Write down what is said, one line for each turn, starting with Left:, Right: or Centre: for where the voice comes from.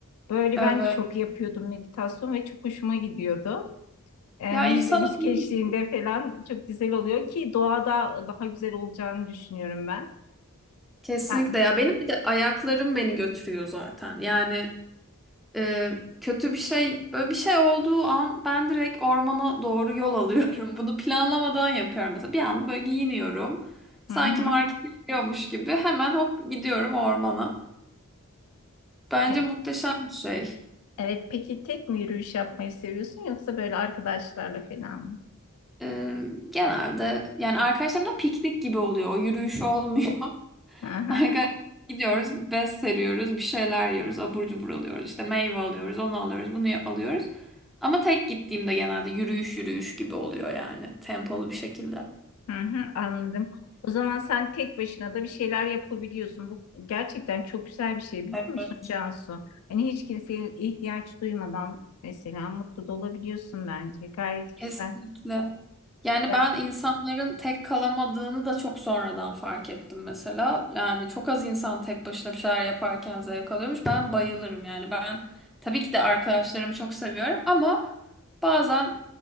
Left: Böyle
Centre: <laughs> Evet.
Left: ben de çok yapıyordum meditasyon ve çok hoşuma gidiyordu. E,
Centre: Ya
Left: müzik,
Centre: insana
Left: müzik
Centre: iyi
Left: eşliğinde
Centre: geliyor.
Left: falan çok güzel oluyor ki doğada daha güzel olacağını düşünüyorum ben.
Centre: Kesinlikle
Left: Sen.
Centre: ya benim bir de ayaklarım beni götürüyor zaten. Yani e, kötü bir şey böyle bir şey olduğu an ben direkt ormana doğru yol alıyorum. <laughs> Bunu planlamadan yapıyorum mesela. Bir anda böyle giyiniyorum. Sanki
Left: Hı hı.
Centre: markete gidiyormuş gibi hemen hop gidiyorum ormana. Bence
Left: E,
Centre: muhteşem bir şey.
Left: evet peki tek mi yürüyüş yapmayı seviyorsun yoksa böyle arkadaşlarla falan mı?
Centre: E, genelde yani arkadaşlarımla piknik gibi oluyor. O yürüyüş olmuyor. <laughs>
Left: Hı hı.
Centre: Arkadaşlar gidiyoruz, bez seriyoruz, bir şeyler yiyoruz, abur cubur alıyoruz, işte meyve alıyoruz, onu alıyoruz, bunu ya- alıyoruz. Ama tek gittiğimde genelde yürüyüş yürüyüş gibi oluyor yani tempolu bir şekilde.
Left: Hı hı, anladım. O zaman sen tek başına da bir şeyler yapabiliyorsun. Bu gerçekten çok güzel bir şey biliyor
Centre: Evet.
Left: musun Cansu? Hani hiç kimseye ihtiyaç duymadan mesela mutlu da olabiliyorsun bence. Gayet
Centre: Kesinlikle.
Left: güzel.
Centre: Yani
Left: Ya
Centre: ben insanların tek kalamadığını da çok sonradan fark ettim mesela. Yani çok az insan tek başına bir şeyler yaparken zevk alıyormuş. Ben bayılırım yani. Ben tabii ki de arkadaşlarımı çok seviyorum ama bazen